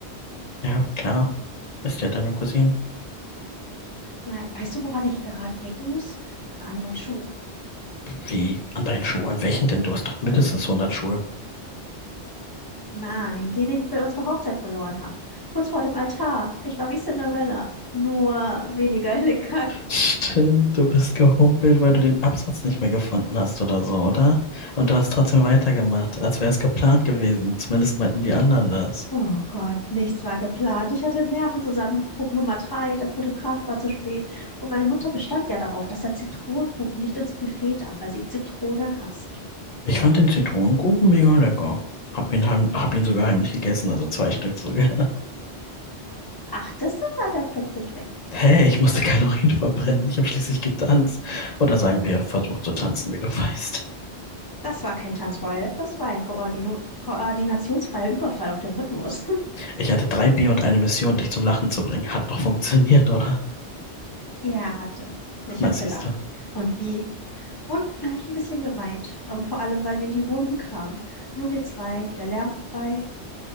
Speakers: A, on the left; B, on the left.
A: ja klar. Ist ja deine Cousine.
B: Na, weißt du, woran ich gerade denken muss? An meinen Schuh.
A: Wie? An deinen Schuh? An welchen denn? Du hast doch mindestens hundert Schuhe.
B: Nein, den, den ich bei unserer Hochzeit verloren habe. Kurz vor dem Altar. Ich war wie Cinderella, nur weniger <laughs> elegant.
A: Stimmt, du bist gehumpelt, weil du den Absatz nicht mehr gefunden hast oder so, oder? Und du hast trotzdem weitergemacht, als wäre es geplant gewesen. Zumindest meinten die anderen das.
B: Oh Gott, nichts war geplant. Ich hatte einen Nervenzusammenbruch Nummer drei. Der Fotograf war zu spät. Und meine Mutter bestand ja darauf, dass der Zitronenkuchen nicht ins Buffet darf, weil sie Zitrone hasst.
A: Ich fand den Zitronenkuchen mega lecker. Hab ihn, heim, hab ihn sogar heimlich gegessen, also zwei Stück sogar. <laughs>
B: Ach, das war da plötzlich weg.
A: Hey, ich musste Kalorien verbrennen. Ich habe schließlich getanzt. Oder sagen wir, versucht zu tanzen, wie du weißt.
B: Das war kein Tanzwild, das war ein Koordino- koordinationsfreier Überfall auf den Rhythmus.
A: Ich hatte drei Bier und eine Mission, dich zum Lachen zu bringen. Hat doch funktioniert, oder?
B: Ja, hat es. Ich
A: Na,
B: habe
A: siehst
B: gelacht.
A: du.
B: Und wie? Und gleich ein bisschen geweint. Aber vor allem, weil wir in die Wohnung kamen. Nur wir zwei, der Lärm vorbei.